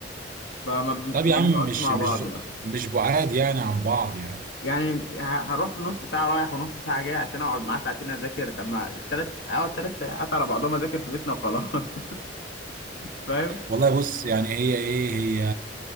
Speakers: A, on the left (about 85°); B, on the right (about 50°).
A: فما بن-
B: طب
A: ما
B: يا عم
A: بنقعدش
B: مش
A: مع
B: مش
A: بعض لا
B: مش بعاد يعني عن بعض يعني
A: يعني ه- هروح نص ساعه رايح ونص ساعه جاي عشان اقعد معاه ساعتين اذاكر طب ما التلات اقعد تلات ساعات على بعضهم اذاكر في بيتنا وخلاص <laughs> فاهم
B: والله بص يعني هي ايه هي